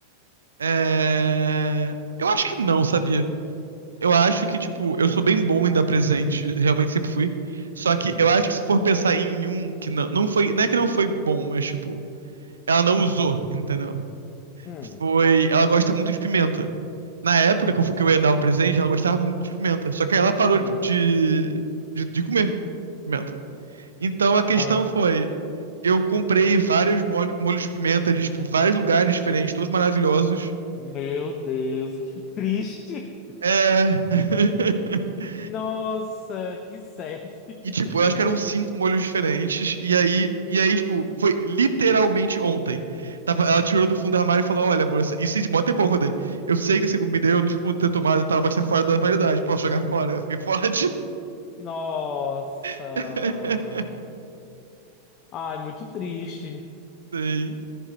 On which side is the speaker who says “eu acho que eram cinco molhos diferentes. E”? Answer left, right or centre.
Right